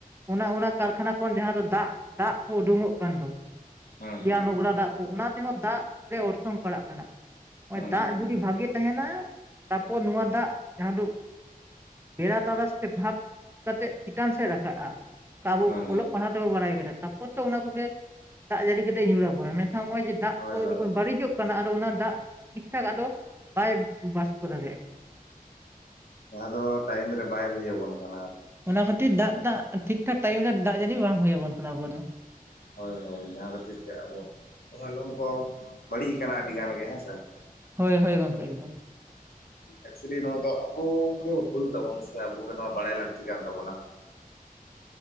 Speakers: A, on the right (about 15°); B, on the left (about 85°).
A: ᱚᱱᱟ ᱚᱱᱟ ᱠᱟᱨᱠᱷᱟᱱᱟ ᱠᱷᱚᱱ ᱡᱟᱦᱟᱸ ᱫᱚ ᱫᱟᱜ, ᱫᱟᱜ ᱠᱚ ᱩᱰᱩᱝᱚᱜ ᱠᱟᱱ ᱫᱚ
B: ᱦᱮᱸ
A: ᱥᱮᱭᱟ
B: ᱦᱮᱸ
A: ᱱᱚᱝᱨᱟ ᱫᱟᱜ ᱚᱱᱟ ᱛᱮᱦᱚᱸ ᱫᱟᱜ ᱨᱮ ᱚᱨᱥᱚᱝ ᱯᱟᱲᱟᱜ ᱠᱟᱱᱟ ᱱᱚᱜ-ᱚᱭ
B: ᱦᱮᱸ
A: ᱫᱟᱜ
B: ᱦᱮᱸ ᱦᱮᱸ
A: ᱡᱩᱫᱤ ᱵᱷᱟᱜᱮ ᱛᱟᱦᱮᱱᱟ ᱛᱟᱨᱯᱚᱨ ᱱᱚᱣᱟ ᱫᱟᱜ ᱡᱟᱦᱟᱸ ᱫᱚ ᱵᱮᱲᱟ ᱛᱟᱨᱟᱥ ᱛᱮ ᱵᱷᱟᱵᱽ ᱠᱟᱛᱮᱫ ᱪᱮᱛᱟᱱ ᱥᱮᱫ ᱨᱟᱠᱟᱵᱼᱟ ᱟᱵᱚ
B: ᱦᱮᱸ
A: ᱚᱞᱚᱜ
B: ᱦᱮᱸ
A: ᱯᱟᱲᱦᱟᱜ ᱵᱟᱲᱟᱭ ᱠᱟᱱᱟ ᱛᱟᱨᱯᱚᱨ ᱛᱚ ᱚᱱᱟ ᱠᱚᱜᱮ ᱫᱟᱜ ᱡᱟᱹᱲᱤ ᱠᱟᱛᱮ ᱧᱩᱨ ᱟᱵᱚᱱᱟ ᱢᱮᱱᱠᱷᱟᱱ ᱱᱚᱜ-ᱚᱭ ᱡᱮ ᱫᱟᱜ
B: ᱦᱳᱭ
A: ᱠᱚ
B: ᱦᱳᱭ
A: ᱡᱚᱠᱷᱚᱱ
B: ᱦᱳᱭ
A: ᱵᱟᱹᱲᱤᱡᱚᱜ ᱠᱟᱱᱟ ᱟᱫᱚ ᱚᱱᱟ ᱫᱟᱜ ᱴᱷᱤᱠ ᱴᱷᱟᱠ ᱟᱫᱚ ᱵᱟᱭ ᱵᱟᱥᱯᱚ ᱫᱟᱲᱮᱭᱟᱜ ᱠᱟᱱᱟ
B: ᱡᱟᱦᱟᱸ ᱫᱚ ᱴᱟᱭᱤᱢ ᱨᱮ ᱵᱟᱭ ᱦᱩ ᱟᱵᱚᱱ ᱠᱟᱱᱟ
A: ᱚᱱᱟ ᱠᱷᱟᱹᱛᱤᱨ ᱫᱟᱜ ᱫᱟᱜ ᱴᱷᱤᱠ ᱴᱷᱟᱠ ᱴᱟᱭᱤᱢ ᱨᱮ ᱫᱟᱜ ᱡᱟᱹᱲᱤ ᱵᱟᱝ ᱦᱩᱭᱟᱵᱚᱱ ᱠᱟᱱᱟ ᱟᱵᱚ ᱫᱚ
B: ᱦᱳᱭ ᱦᱳᱭ ᱡᱟᱦᱟᱸ ᱠᱷᱟᱹᱛᱤᱨ ᱛᱮ ᱟᱵᱚ ᱦᱚᱸᱜ-ᱚᱭ ᱞᱚᱝ ᱠᱚ ᱵᱟᱹᱲᱤᱡ ᱟᱠᱟᱱᱟ ᱟᱹᱰᱤ ᱜᱟᱱ ᱜᱮ ᱦᱮᱸ ᱥᱮ
A: ᱦᱳᱭ ᱦᱳᱭ ᱜᱚᱢᱠᱮ ᱮᱠᱫᱚᱢ
B: ᱮᱠᱪᱚᱞᱤ ᱱᱚᱣᱟ ᱫᱚ ᱟᱵᱚᱜᱮ ᱵᱷᱩᱞ ᱛᱟᱵᱩᱱ ᱥᱮ ᱟᱵᱚᱜᱮ ᱱᱚᱣᱟ ᱵᱟᱲᱟᱭ ᱞᱟᱹᱠᱛᱤ ᱠᱟᱱ ᱛᱟᱵᱚᱱᱟ